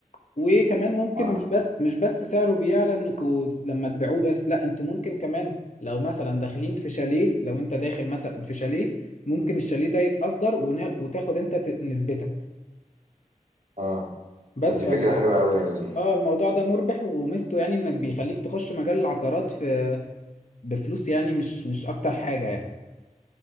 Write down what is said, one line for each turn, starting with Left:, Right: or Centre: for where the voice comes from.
Left: وكمان ممكن
Right: اه
Left: مش بس مش بس سعره بيعلى انكوا لما تبيعوه بس لا انتوا ممكن كمان لو مثلا داخلين في شاليه لو انت داخل مثلا في شاليه ممكن الشاليه ده يتأجر ونا- وتاخد انت ت- نسبتك
Right: اه
Left: بس
Right: طب دي
Left: فال
Right: فكرة حلوة قوي قوي دي
Left: اه الموضوع ده مربح وميزته يعني انك بيخليك تخش مجال العقارات في بفلوس يعني مش مش اكتر حاجة يعني